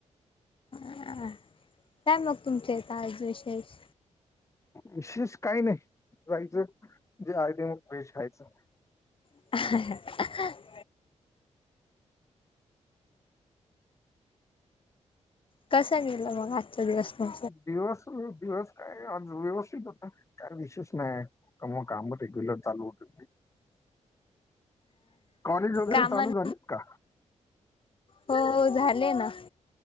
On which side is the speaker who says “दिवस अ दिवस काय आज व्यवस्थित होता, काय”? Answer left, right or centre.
Left